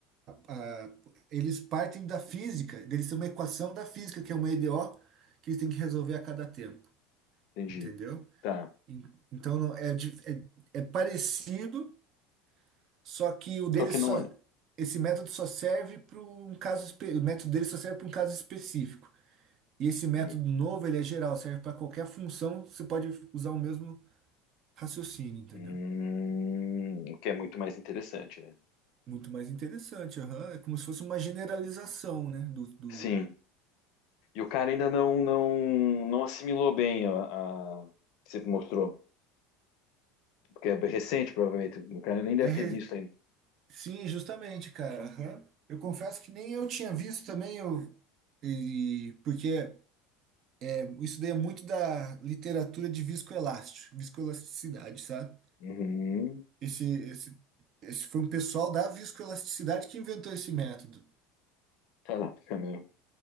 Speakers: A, on the right (about 50°); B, on the left (about 65°).
A: a- eles partem da física, eles têm uma equação da física, que é uma EDO, que eles têm que resolver a cada tempo,
B: entendi.
A: entendeu?
B: Tá.
A: En- Então não- é, dif- é é parecido Só que o dele
B: Só que
A: só.
B: não é.
A: Esse método só serve para um caso. espe- O método dele só serve para um caso específico. E esse método
B: Hum,
A: novo, ele é geral, serve para qualquer função, você pode usar o mesmo raciocínio, entendeu?
B: hum, o que é muito mais interessante, né?
A: Muito mais interessante, aham. É como se fosse uma generalização, né? Do, do...
B: Sim. E o cara ainda não não, não assimilou bem a, a que você mostrou. Porque é recente, provavelmente. O cara nem deve
A: É re-
B: ter visto ainda.
A: Sim, justamente, cara. aham. Eu confesso que nem eu tinha visto também, eu... e... porque é, isso daí é muito da literatura de viscoelástico, viscoelasticidade, sabe?
B: Uhum.
A: Esse, esse, esse foi um pessoal da viscoelasticidade que inventou esse método.
B: Caraca, meu.